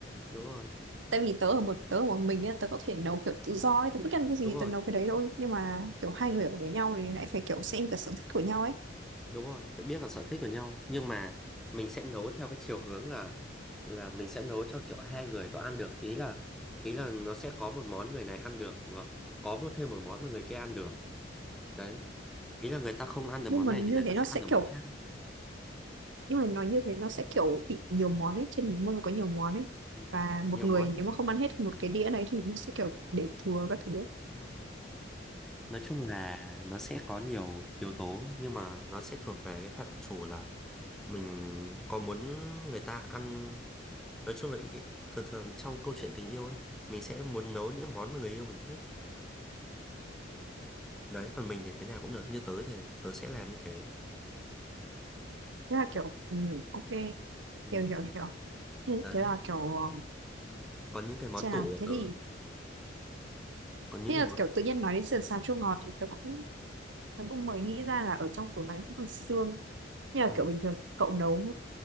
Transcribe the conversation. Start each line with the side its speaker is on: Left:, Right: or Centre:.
Centre: Đúng rồi.
Right: tại vì tớ ở một tớ ở một mình nên tớ có thể nấu kiểu tự do ấy tớ thích ăn cái gì
Centre: Đúng rồi.
Right: tớ nấu cái đấy thôi nhưng mà kiểu hai người ở với nhau thì lại phải kiểu xem cả sở thích của nhau ấy
Centre: Đúng rồi, phải biết vào sở thích của nhau. Nhưng mà mình sẽ nấu theo cái chiều hướng là là mình sẽ nấu cho kiểu hai người có ăn được. Ý là ý là nó sẽ có một món người này ăn được và có một thêm một món mà người kia ăn được. Đấy. Ý là người ta không ăn được
Right: nhưng
Centre: món
Right: mà
Centre: này
Right: như
Centre: thì người
Right: thế
Centre: ta
Right: nó
Centre: sẽ
Right: sẽ
Centre: ăn được
Right: kiểu
Centre: món khác ấy.
Right: nhưng mà nói như thế nó sẽ kiểu bị nhiều món ấy trên một mâm có nhiều món ấy
Centre: Ừ.
Right: và
Centre: Nhiều
Right: một người
Centre: món.
Right: nếu mà không ăn hết một cái đĩa đấy thì nó sẽ kiểu để thừa các thứ <laughs> ấy.
Centre: Đúng rồi. Nói chung là nó sẽ có nhiều yếu tố nhưng mà nó sẽ thuộc về cái phạm trù là mình có muốn người ta ăn nói chung là ý- thường thường trong câu chuyện tình yêu ấy mình sẽ muốn nấu những món mà người yêu mình thích đấy còn mình thì thế nào cũng được như tớ thì tớ sẽ làm như thế
Right: thế là kiểu ừ, ok
Centre: ừ.
Right: hiểu hiểu hiểu thế,
Centre: đấy
Right: thế là kiểu um,
Centre: còn những cái món
Right: xem
Centre: tủ
Right: nào
Centre: của
Right: thế
Centre: tớ
Right: thì
Centre: còn những
Right: thế
Centre: cái
Right: là
Centre: món
Right: kiểu tự nhiên nói đến sườn xào chua ngọt thì tớ cũng tớ cũng mới nghĩ ra là ở trong tủ lạnh cũng còn xương như là
Centre: ừ.
Right: kiểu bình thường cậu nấu